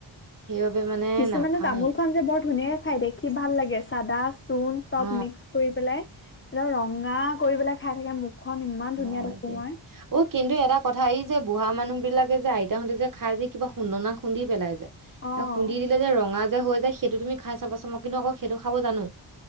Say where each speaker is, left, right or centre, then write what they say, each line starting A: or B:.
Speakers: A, on the right; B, on the left.
A: সেইবাবে মানে
B: কিছুমানে
A: নাখাওৱে
B: তামোল খন যে বৰ ধুনীয়াকে খাই দেখি ভাল লাগে, চাদা, চোণ চব
A: অ
B: মিক্স কৰি পেলাই' একম ৰঙা কৰি পেলাই খাই থাকে মুখখন ইমান ধুনীয়া
A: হয়
B: দেখো
A: দিয়া
B: মই।
A: অ কিন্তু এটা কথা' এই যে বুঢ়া মানুহ বিলাকে যে আইতাহঁতে যে' খাই যে কিবা খুন্দনা খুন্দি পেলাই যায়যে?
B: অ'
A: খুন্দি দিলে যে ৰঙা যে হৈ যায়, সেইটো তুমি খাই চাবা চোন কিন্তু আকৌ সেইটো খাব জানো।